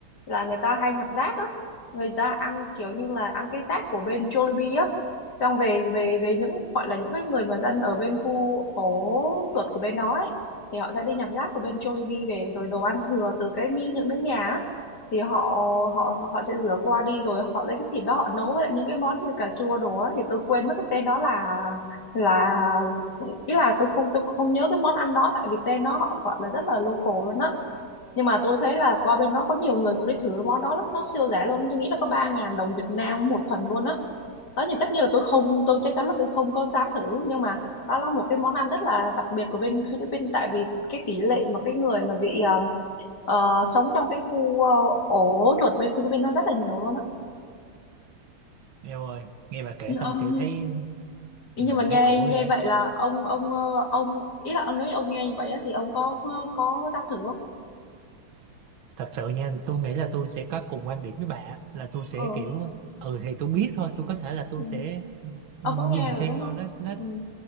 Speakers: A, on the left; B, on the right.
A: là người ta hay nhặt rác á người ta ăn kiểu như là ăn cái rác của bên Jollibee á xong về về về những gọi là những cái người mà dân ở bên khu ổ chuột của bên đó ấy thì họ sẽ đi nhặt rác của bên Jollibee về rồi đồ ăn thừa từ cái miếng những miếng nhà á, thì họ họ họ sẽ rửa qua đi rồi họ lấy cái thịt đó họ nấu với những cái món như cà chua đồ á thì tôi quên mất cái tên đó là là ý là tôi không tôi không nhớ cái món ăn đó tại Việt Nam nó họ gọi là rất là local luôn á nhưng mà tôi thấy là qua bên đó có nhiều người cũng đi thử cái món đó lắm nó siêu rẻ luôn tôi nghĩ là có ba ngàn đồng Việt Nam một phần luôn á đó thì tất nhiên là tôi không tôi chắc chắn là tôi không có dám thử nhưng mà đó là một cái món ăn rất là đặc biệt của bên Philippines tại vì cái tỷ lệ mà cái người mà bị ờ, ờ, sống trong cái khu ờ, ổ chuột bên Philippines nó rất là nhiều luôn á
B: Eo ơi, nghe bà kể
A: như
B: xong
A: ông
B: kiểu thấy
A: Ý,
B: ừ,
A: nhưng mà nghe
B: thấy khổ
A: nghe
B: ghê.
A: vậy là ông ông ờ, ông ý là ông nói ông nghe như vậy á, thì ông có có có dám thử không
B: Thật sự nha, tôi nghĩ là tôi sẽ có cùng quan điểm với bà á, là tôi sẽ
A: ừ.
B: kiểu ừ thì tôi biết thôi, tôi có thể là tôi
A: ừ.
B: sẽ
A: ông
B: nhìn
A: có nghe rồi
B: xem
A: đúng
B: coi
A: không
B: nó nó
A: ừ.